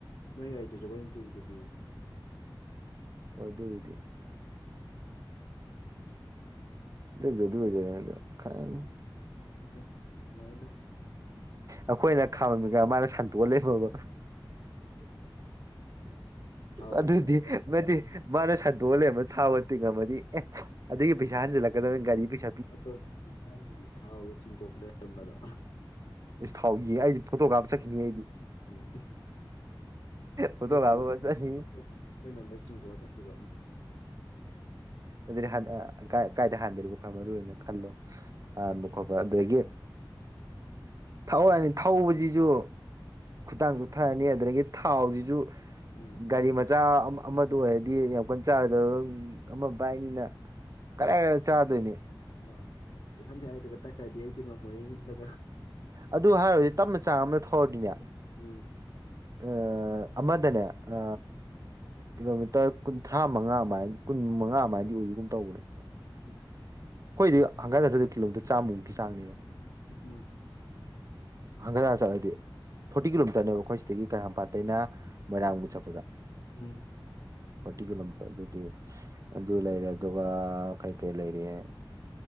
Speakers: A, on the left; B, on the right.
A: ꯃꯣꯏ ꯒꯥꯔꯤꯗꯨ ꯖꯒꯣꯏ ꯏ ꯄꯨꯨꯏꯗꯨꯗꯤ
B: ꯑꯗꯨ ꯍꯧꯗꯤ ꯑꯗꯨ ꯑꯗꯨ ꯑꯗꯨ ꯃ ꯈꯥꯏ
A: ꯏꯁꯤ ꯃꯅ
B: ꯑꯩꯈꯣꯏꯅ ꯈꯥꯝꯃꯤꯒ ꯃꯥꯅ ꯁꯟꯇꯣꯛꯑ ꯂꯩꯃꯕ
A: ꯊꯥꯎꯒ
B: ꯑꯗꯨꯗꯤ
A: ꯆꯤꯡꯊꯣꯛ ꯂꯩꯔꯝꯕ
B: ꯃꯗꯤ ꯃꯥꯅ ꯁ ꯗꯣꯜꯂ ꯑꯃꯅ ꯊꯥꯎꯕꯗꯤꯤꯡ ꯉꯝꯃꯗꯤ ꯑꯦ ꯑꯗꯨꯒꯤ ꯄꯩꯁꯥ ꯍꯟꯖꯤꯜꯂꯛꯀꯗꯕꯅꯤ ꯒꯥꯔꯤ ꯄꯩꯥ
A: ꯆꯧꯕ ꯊꯥꯎꯔꯣ ꯆꯤꯡꯊꯣꯛ ꯂꯩꯔꯝꯕꯗ
B: ꯏꯁ ꯊꯥꯎꯒꯤ ꯑꯩꯗꯤ ꯐꯣꯇꯣ ꯀꯥꯞ ꯆꯠꯈꯤꯅꯤ ꯑꯩꯗꯤ
A: ꯎꯝ
B: ꯐꯣꯇꯣ
A: ꯅꯠꯇ꯭ꯔ
B: ꯀꯥꯞꯄ
A: ꯑꯩꯈꯣꯏꯅ
B: ꯆꯠꯈꯤꯅꯤ
A: ꯑꯩꯈꯣꯏꯅ ꯂꯣꯏ ꯆꯤꯡꯊꯣꯛꯑ ꯆꯠꯈꯤꯕ ꯑꯃ
B: ꯑꯗꯨ ꯥꯏ ꯀꯥꯏꯗ ꯍꯥꯟꯗꯔꯤꯕ ꯈꯣꯏ ꯃꯔꯨꯅ ꯈꯜꯂꯣ ꯍꯥꯟꯕ ꯈꯣꯠꯄ ꯑꯗꯨꯗꯒꯤ
A: <inaudible>
B: ꯊꯔꯛꯅꯤ ꯊꯧꯕꯁꯤꯁꯨ ꯈꯨꯇꯥꯡ ꯆꯊꯔꯅꯤ ꯑꯗꯨꯗꯒꯤ ꯊꯥꯎꯁꯤꯁꯨ
A: ꯎꯝ
B: ꯒꯥꯔꯤ ꯃꯆꯥ ꯑꯃꯗꯨ ꯑꯣꯏꯔꯗꯤ ꯌꯥꯝ ꯀꯟꯅ ꯆꯥꯔꯗꯕ ꯑꯃ ꯕꯥꯏꯅꯤꯅ ꯀꯗꯥꯥꯏ ꯀꯥꯏꯗ ꯆꯥꯗꯣꯏꯅꯤ
A: ꯃꯥꯅꯦ ꯂꯝꯌꯥꯏꯗꯒ ꯇꯛꯈ꯭ꯔꯗꯤ ꯑꯩꯗꯤ ꯉꯝꯃꯣꯏꯌꯦ ꯏꯟꯕꯒ
B: ꯑꯗꯨ ꯍꯥꯏꯔꯨꯔꯗꯤ ꯇꯞꯅ ꯆꯥꯡ ꯑꯃꯗ ꯊꯧꯔꯗꯤꯅꯦ
A: ꯎꯝ
B: ꯑ ꯑꯃꯗꯅꯦ ꯑ ꯀꯤꯂꯣꯃꯤꯇꯔ ꯀꯨꯟꯊ꯭ꯔꯥ ꯃꯉꯥ ꯑꯃꯥꯏ ꯀꯨꯟ ꯃꯉꯥ ꯃꯥꯏꯗꯤ ꯑꯣꯏꯗꯒꯨꯝ ꯇꯧꯕꯅꯦ
A: ꯎꯝ
B: ꯍꯣꯏꯗꯤ ꯍꯪꯒꯠ ꯍꯗ ꯀꯤꯂꯣꯃꯤꯇꯔ ꯆꯥꯝꯃꯨꯛ ꯆꯥꯡꯅꯦꯕ
A: ꯎꯝ
B: ꯑꯪꯒꯥꯗ ꯆꯂꯗꯦ ꯐꯣꯔꯇꯤ ꯀꯤꯂꯣꯃꯤꯇꯔꯅꯦꯕ ꯑꯩꯈꯣꯏ ꯁꯤꯗꯒꯤ ꯀꯩꯥꯝꯄꯥꯇꯩꯩꯅ ꯃꯣꯏꯔꯥꯡꯕꯨ ꯆꯠꯄꯗ
A: ꯎꯝ
B: ꯐꯣꯔꯇꯤ ꯀꯤꯂꯣꯃꯤꯇꯔ ꯑꯗꯨꯗꯤ ꯑꯗꯨ ꯂꯩꯔꯦ ꯑꯗꯨꯒ ꯀꯩ ꯀꯩ ꯂꯩꯔꯤꯦ